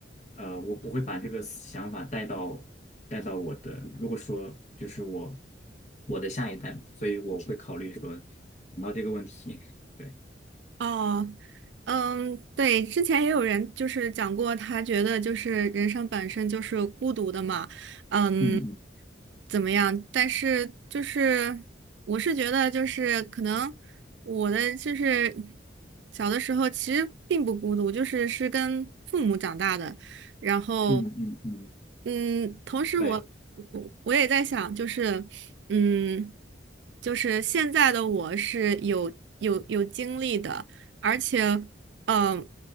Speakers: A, on the left; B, on the right.
A: 呃，我不会把这个思想法带到带到我的，如果说就是我我的下一代嘛，所以我会考虑说想到这个问题，<laughs> 对，
B: 哦，嗯，对，之前也有人就是讲过，他觉得就是人生本身就是孤独的嘛，嗯，
A: 嗯嗯
B: 怎么样？但是就是我是觉得就是可能我的就是小的时候其实并不孤独，就是是跟父母长大的，然后
A: 嗯嗯嗯，
B: 嗯，同时我我我也在想，
A: 对
B: 就是嗯，就是现在的我是有有有经历的。而且，嗯、